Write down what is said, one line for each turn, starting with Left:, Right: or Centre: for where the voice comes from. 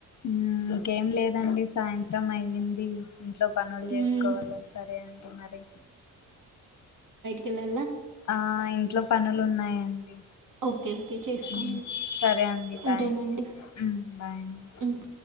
Left: ఉ ఇంకేం లేదండి సాయంత్రం అయ్యింది ఇంట్లో పనులు చేసుకోవాల
Right: మ్మ్.
Left: సరే అండి మరి
Right: కెల్లాల్ల
Left: ఆ ఇంట్లో పనులు ఉన్నాయండి
Right: ఓకే ఓకే చేసుకోండి
Left: ఉమ్ సరే అండి బాయండి
Right: ఉంటానండి
Left: ఉమ్ బాయండి
Right: మ్మ్.